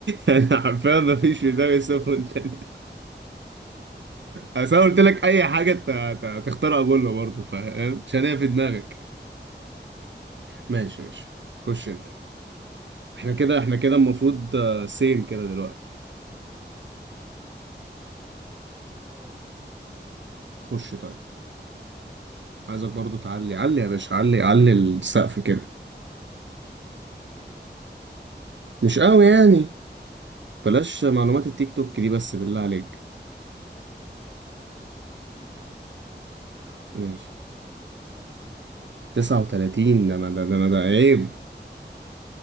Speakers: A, on the right; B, on the right.
A: أنا حرفيا
B: هي
A: ما
B: أبولو
A: فيش في دماغي صفر تاني
B: هي أبولو هي أبولو
A: أصل أنا قلت لك أي حاجة أنت أنت تختار أبولو برضه فاهم عشان هي في دماغك ماشي ماشي خش أنت إحنا كده إحنا كده المفروض سيم كده دلوقتي
B: اه آه.
A: خش طيب عايزك برضه تعلي علي يا باشا علي علي السقف كده
B: جامد
A: مش قوي يعني بلاش معلومات التيك توك دي بس بالله عليك
B: طب خلاص هجيلك في ال... في اللي انت عارفها شويه الحرب العالميه
A: ماشي
B: الثانيه بقى كانت سنه كام
A: 39 ده انا ده ده انا ده عيب